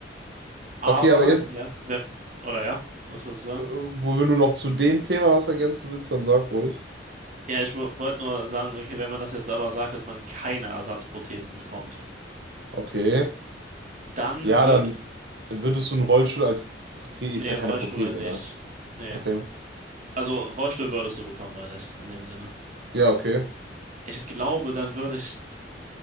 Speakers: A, on the right; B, on the right.
A: Aber,
B: Okay, aber jetzt,
A: ja, wenn, oder ja, was soll ich sagen?
B: äh, wo wenn du noch zu dem Thema was ergänzen willst, dann sag ruhig.
A: Ja, ich wollte nur sagen, okay, wenn man das jetzt aber sagt, dass man keine Ersatzprothesen bekommt,
B: Okay.
A: dann
B: Ja,
A: wird,
B: dann würdest du einen Rollstuhl als Prothese,
A: nee,
B: ist ja
A: Rollstuhl
B: keine Prothese,
A: nicht,
B: ne?
A: nee.
B: Okay.
A: Also Rollstuhl würdest du bekommen, meine ich, in dem Sinne.
B: Ja, okay.
A: Ich glaube, dann würde ich